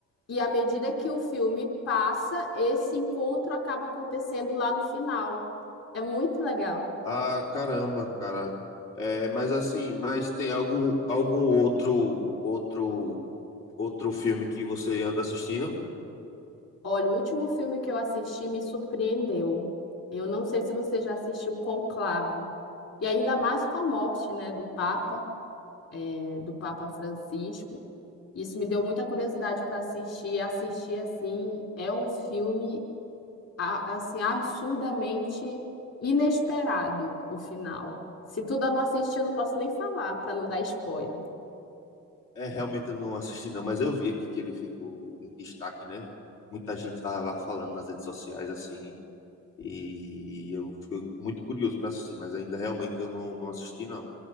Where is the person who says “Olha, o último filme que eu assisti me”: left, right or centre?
Left